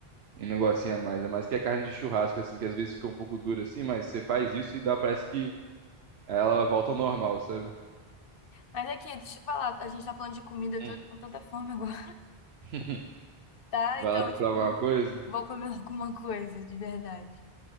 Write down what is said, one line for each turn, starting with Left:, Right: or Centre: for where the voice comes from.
Right: um negocinho a mais. Ainda mais que a carne de churrasco, assim, que às vezes fica um pouco dura assim, mas você faz isso e dá, parece que ela volta ao normal, sabe?
Left: Mas aqui, deixa eu falar, a gente tá falando de comida, eu
Right: Hum.
Left: tô com tanta fome agora,
Right: <laughs>
Left: <laughs> tá?
Right: Vai
Left: Então,
Right: lá procurar
Left: tipo,
Right: alguma coisa?
Left: vou comer <laughs> alguma coisa, de verdade.